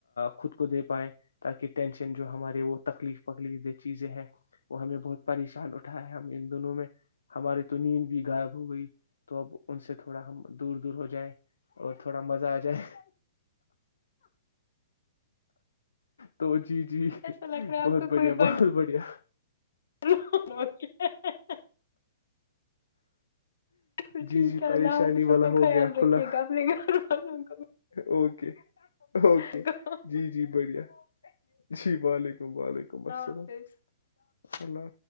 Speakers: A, on the left (about 90°); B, on the left (about 70°).
A: خود کو دے پائیں تاکہ ٹینشن جو ہمارے وہ تکلیف پکڑ چیزیں ہیں وہ ہمیں بہت پریشان ہم ان دونوں میں ہماری تو نیند بھی غائب ہو گئی تو اب ان سے تھوڑا ہم دور دور ہو جائے اور تھوڑا مزہ آ جائے تو جی جی
B: ایسا لگ رہا ہے
A: بہت
B: آپ کو
A: بڑھیا
B: کوئی بٹن
A: بہت بڑھیا
B: <inaudible> پھر ٹھیک
A: جی جی
B: ہے
A: پریشانی
B: اللہ حافظ
A: والا
B: اپنا
A: ہو
B: خیال
A: گیا
B: رکھیے
A: کھلا
B: گا اپنے گھر والوں کا
A: اوکے اوکے
B: اللہ
A: جی جی بڑھیا جی بلیک وعلیکم السلام
B: حافظ
A: ہیلو